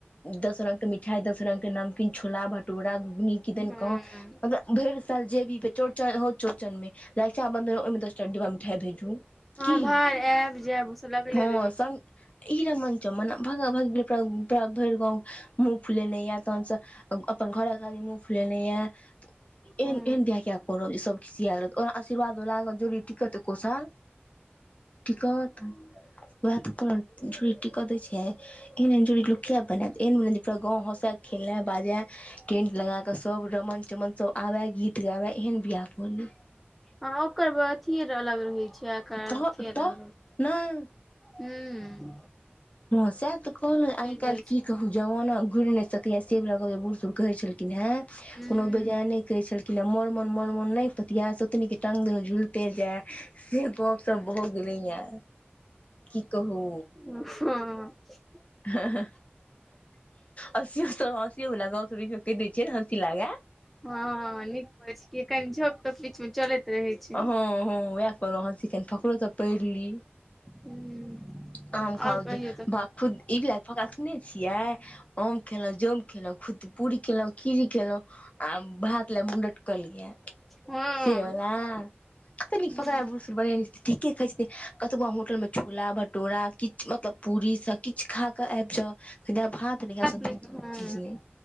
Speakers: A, on the left; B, in the centre.
A: दस रंग के मिठाई दस रंग के नाम छोला भटूरा, घुघनी, किदन
B: हँ
A: कहाँ मतलब भरि साल जे भी, चौरचन हौ चौरचन में, रक्षाबन्धन ओइमे दस टा डिब्बा मिठाई भेजू।
B: हँ
A: की
B: भार आयब- जायब ओसभ लगले
A: हँ
B: रहै
A: संग
B: छै।
A: ई रमन चमन भागा-भागी ओकरा भैर गाँव मुँह फुलेने या तहन से अपन घरवालीक आदमी मुंह फुलैने याऽ। एहन-
B: हँ
A: एहन बियाह कियै कऽ रहले जे सभ खिसयैल, ओहन आशीर्वाद लागत जोड़ी टिकत एको साल। टिकत तऽ वएह तऽ कहलौं जोड़ी टिकऽ दै छै। एहन- एहन जोड़ी लोक किया बनैत, एहन बन जे पूरा गाँव हँसा खेले बाजे। टेंट लगा कऽ सब रमन -चमन सब आबै। गीत गाबै एहन बियाह कऽली।
B: हँ ओकर व अथि अलग रहै छै, आ एकर अथि
A: तऽ
B: अलग
A: तऽ
B: रहय
A: नहि
B: हूं।
A: हँ सैह तऽ कहलौं आइ काइल
B: जाइ
A: कि
B: छै
A: कहू जवाना घुर नइ सकैया से वला जे बूढ़- सूढ़ कहे छलखिन हें
B: हूँ
A: कोनो बेजाए नै कहे छलखिन हें, मोर मोन- मोन मोन नइ पतियै सोतनीक के टांग दूनू झुलिते जाय। से गप सप भऽ गेले यै की कहू।
B: हूं।
A: हा- हा। हँसी बला गप्प कहि दैऽ छीयै जे हँसी लागे।
B: हँ नीक करै छी, कनि झोंक- छौंक बीच में चलैत रहै छै
A: हँ- हँ उएह कऽ रहल छी, कनि फकड़ो तऽ पैढ़ ली।
B: हूं
A: आम
B: और
A: खाउ
B: कहिओ तखैन।
A: खुद ई बला फकड़ा सुनने छियै? अम खेलहुँ, जोम खेलहुँ, पूरी खेलहुँ, खिरी खेलहुँ आ भात ले मुँह ल लटकल यै
B: हँ
A: से बला। कतेक नीक फकरा
B: हूँ
A: बुढ़ सूढ़ बनेने छथिन, ठीके कहैत छथिन कतबो आहां होटल में छोला भटूरा किछ मतलब पूरी सब किछु खा कऽ आइब जाउ जाबे आहां भात नै खैब, सन्तोष
B: नहि
A: नामक
B: हँ
A: चीज नै,